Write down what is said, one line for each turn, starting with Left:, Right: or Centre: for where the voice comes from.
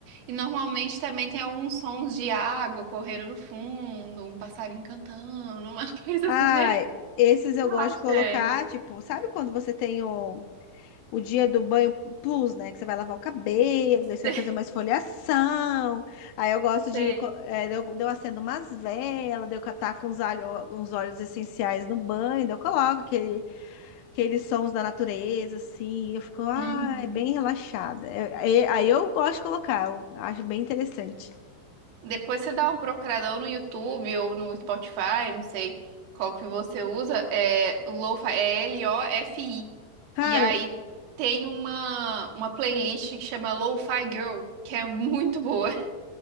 Right: e normalmente também tem alguns sons de água correndo no fundo, um passarinho cantando, uma <laughs> coisa
Left: Ah,
Right: assim meio
Left: esses eu
Right: relaxante.
Left: gosto de colocar, tipo, sabe quando você tem o, o dia do banho plus, né? Que você vai lavar o cabelo, daí você
Right: <laughs> Sei.
Left: vai fazer uma esfoliação. Aí eu gosto
Right: Sei.
Left: de, co- é, daí eu, daí eu acendo umas velas, daí eu catar com uns, alho, uns óleos essenciais no banho, daí eu coloco aquele, aqueles sons da natureza, assim, e eu fico, ai,
Right: Uhum.
Left: bem relaxada. Eu- aí aí eu gosto de colocar, eu acho bem interessante.
Right: Depois você dá uma procuradão no YouTube ou no Spotify, não sei qual que você usa, é Lo-Fi, é L-O-F-I.
Left: Cara,
Right: E aí tem uma, uma playlist que chama Lo-Fi Girl, que é muito boa. <laughs>